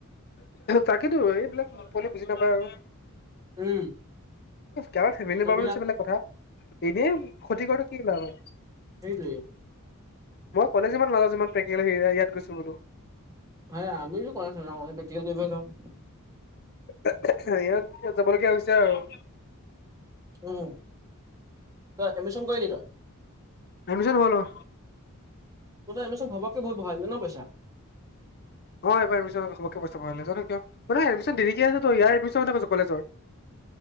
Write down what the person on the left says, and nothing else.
তাকেতো এইবিলাক পোৱালিয়ে বুজি নাপায় আৰু।
তাৰ ফেমেলি
প্ৰব্লেমছে বেলেগ কথা, এনেই খতি কৰাটো কি লাভ।
<unintelligible> মোৰ কলেজ যিমান, ল'ৰা যিমান প্ৰেক্টিকেল আহি ইয়াত কইছো বোলো।
এহ এহ এহ ইহত যাব লগীয়া হৈছে আৰু।
এডমিছন হৈ ল'
অ এইবাৰ এডমিচণ <inaudible> ন কিয় এমিন দি আছে ইয়াৰ এডমিছন কলেজৰ